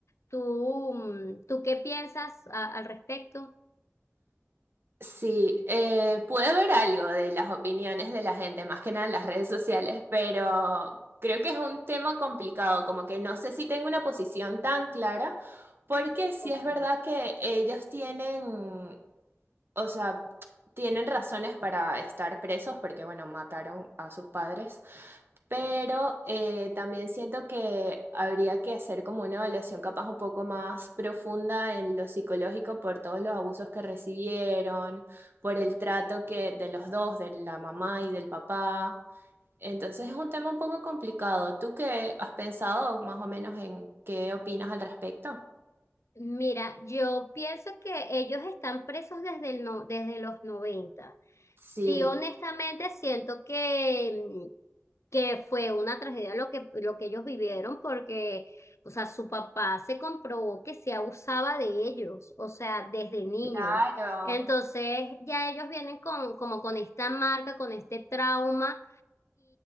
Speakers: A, on the left; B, on the right.
A: ¿Tú, mm, tú qué piensas a- al respecto?
B: Sí, eh, pude ver algo de las opiniones de la gente, más que nada en las redes sociales, pero creo que es un tema complicado, como que no sé si tengo una posición tan clara, porque sí
A: Ok.
B: es verdad que ellos tienen, o sea, tienen razones para estar presos, porque bueno, mataron a sus padres, pero eh, también siento que habría que hacer como una evaluación capaz un poco más profunda en lo psicológico por todos los abusos que recibieron, por el trato que de los dos, de la mamá y del papá. Entonces es un tema un poco complicado. ¿Tú qué has pensado más o menos en qué opinas al respecto?
A: Mira, yo pienso que ellos están presos desde el no- desde los 90.
B: Sí,
A: Sí, honestamente siento que, mm, que fue una tragedia lo que, lo que ellos vivieron porque, o sea, su papá se comprobó que se abusaba de ellos, o sea, desde niños.
B: claro.
A: Entonces, ya ellos vienen con, como con esta marca, con este trauma.